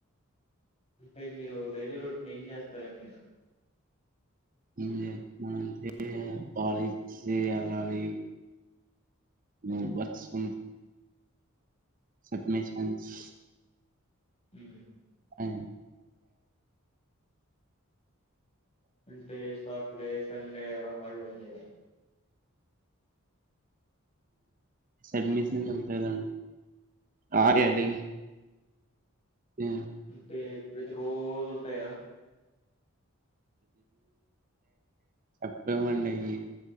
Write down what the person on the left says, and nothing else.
అంటే మీరు డైలీ రొటీన్ ఏం చేస్తారండి మీరు
మ్
అంటే సాటర్డే సండే అలా హల్డే ఉండేద
అంటే ప్రతీ రోజు ఉంటాయా